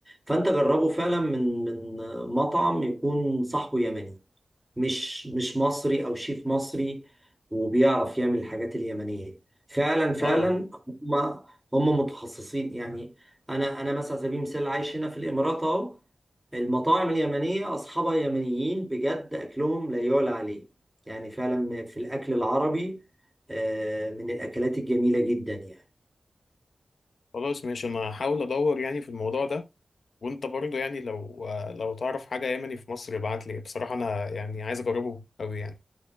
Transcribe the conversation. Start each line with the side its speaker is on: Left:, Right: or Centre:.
Centre: فانت جربه فعلا من من مطعم يكون صاحبه يمني مش مش مصري او شيف مصري وبيعرف يعمل الحاجات اليمنيه فعلا فعلا
Left: اه
Centre: هم هم متخصصين يعني انا انا مثلا على سبيل المثال عايش هنا في الامارات اهو المطاعم اليمنيه اصحابها يمنيين بجد اكلهم لا يعلى عليه يعني فعلا في الاكل العربي آه، من الاكلات الجميله جدا يعني
Left: خلاص ماشي انا هحاول ادور يعني في الموضوع ده وانت برضه يعني لو لو تعرف حاجة يمني في مصر ابعت لي بصراحة انا يعني عايز اجربه قوي يعني